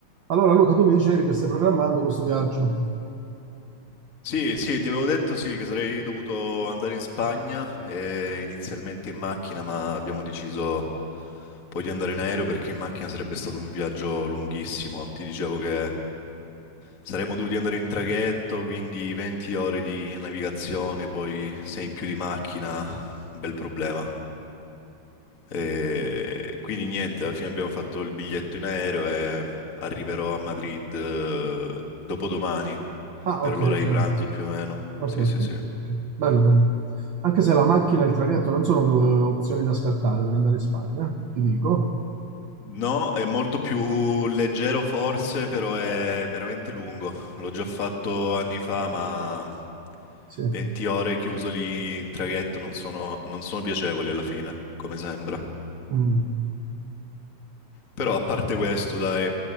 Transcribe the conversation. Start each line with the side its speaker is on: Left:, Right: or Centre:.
Right: Allora, Luca, tu mi dicevi che stai programmando questo viaggio.
Left: Sì, sì, ti avevo detto sì, che sarei dovuto andare in Spagna eh, inizialmente in macchina, ma abbiamo deciso poi di andare in aereo perché in macchina sarebbe stato un viaggio lunghissimo. Ti dicevo che saremmo dovuti andare in traghetto, quindi 20 ore di navigazione, poi 6 in più di macchina, un bel problema. E quindi niente, alla fine abbiamo fatto il biglietto in aereo e arriverò a Madrid eh, dopodomani
Right: Ah,
Left: per
Right: ok,
Left: l'ora
Right: ok,
Left: di pranzo più o meno.
Right: ok,
Left: Sì,
Right: ok,
Left: sì, sì.
Right: ok. Bello, bello. Anche se la macchina e il traghetto non sono due opzioni da scartare per andare in Spagna, eh, ti dico.
Left: No, è molto più leggero forse, però è veramente lungo. L'ho già fatto anni fa, ma
Right: Sì.
Left: 20 ore chiuso lì in traghetto non sono, non sono piacevoli alla fine, come sembra.
Right: Mm.
Left: Però a parte questo, dai,